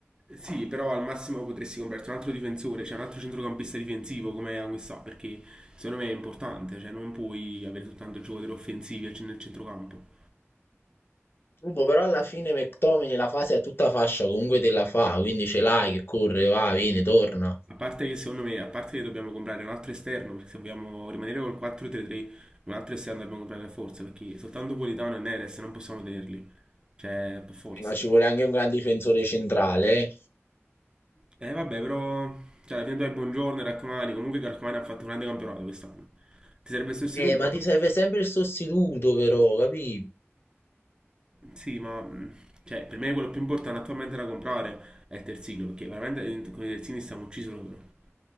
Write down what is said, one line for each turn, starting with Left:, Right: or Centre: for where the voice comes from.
Right: Sì, però al massimo potresti comprarti un altro difensore, cioè un altro centrocampista difensivo come Anguissa perché secondo me è importante, cioè non puoi avere soltanto giocatori offensivi nel centrocampo.
Left: Comunque, però alla fine McTominay la fase è tutta fascia, comunque te la fa, quindi ce l'hai che corre, va, vieni, torna.
Right: A parte che secondo me, a parte che dobbiamo comprare un altro esterno, perché se vogliamo rimanere col 4-3-3, un altro esterno dobbiamo comprare per forza, perché soltanto Politano e Neres non possiamo tenerli. Cioè, per forza.
Left: Ma ci vuole anche un gran difensore centrale.
Right: Eh vabbè, però, cioè, alla fine tu hai Buongiorno e Raccomani, comunque Raccomani ha fatto un grande campionato quest'anno. Ti serve il sostituto?
Left: Eh, Eh, ma ti serve sempre il sostituto, però, capì?
Right: Sì, ma mh, cioè, per me quello più importante attualmente da comprare è il terzino, perché veramente eh, con i terzini stiamo uccisi loro.